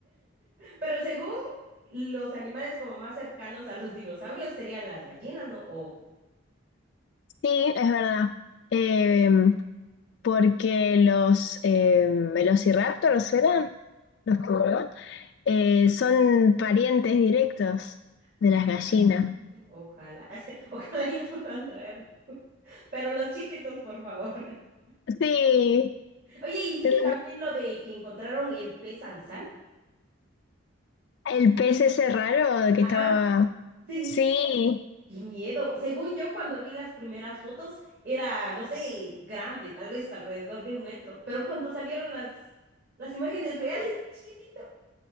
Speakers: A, on the right (about 50°); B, on the left (about 55°).
A: Pero según los animales como más cercanos a los dinosaurios serían las gallinas, ¿no? O,
B: Sí, es verdad. Eh, porque los eh, velociraptors eran los que volaban. Eh, son parientes directos
A: Ah,
B: de las gallinas.
A: ojalá, <laughs> ojalá y los puedan traer. <laughs> Pero los chiquitos, por favor. <laughs>
B: Sí,
A: Oye, ¿y viste
B: el,
A: también lo de que encontraron el pez abisal?
B: el pez ese raro que
A: Ajá,
B: estaba...
A: sí, sí,
B: Sí,
A: sí. Qué miedo. Según yo, cuando vi las primeras fotos, era, no sé, grande, tal vez alrededor de un metro. Pero cuando salieron las, las imágenes reales, <laughs> chiquitito,